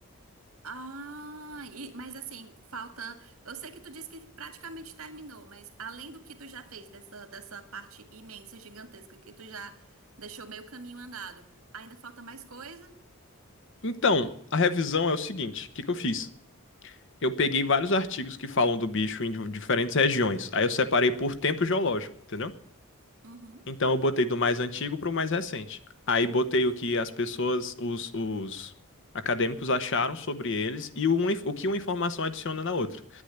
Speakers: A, on the right; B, on the left.
A: Ah, e- mas assim, falta. Eu sei que tu disse que praticamente terminou, mas além do que tu já fez, dessa, dessa parte imensa, gigantesca, que tu já deixou meio caminho andado, ainda falta mais coisa?
B: Então, a revisão é o seguinte: o que que eu fiz? Eu peguei vários artigos que falam do bicho em diferentes regiões. Aí eu separei por tempo geológico, entendeu?
A: Uhum.
B: Então eu botei do mais antigo para o mais recente. Aí botei o que as pessoas, os, os acadêmicos acharam sobre eles e uma inf- o que uma informação adiciona na outra.